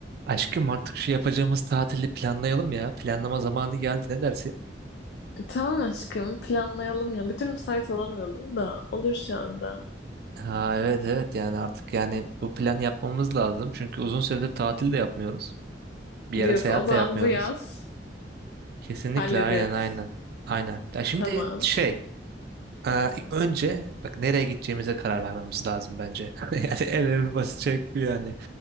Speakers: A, on the right; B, on the left.
A: Aşkım artık şu yapacağımız tatili planlayalım ya. Planlama zamanı geldi ne dersin?
B: Tamam aşkım planlayalım ya. Bir türlü müsait olamıyordum da olur şu anda.
A: Ha evet evet yani artık yani bu plan yapmamız lazım. Çünkü uzun süredir tatil de yapmıyoruz. Bir yere
B: Diyorsun
A: seyahat
B: o zaman
A: de yapmıyoruz.
B: bu yaz
A: Kesinlikle
B: hallediyoruz.
A: aynen aynen. Aynen. Ya şimdi
B: Tamam.
A: şey e, önce bak nereye gideceğimize karar vermemiz lazım bence. <laughs> Yani en önemli basit şey bu yani.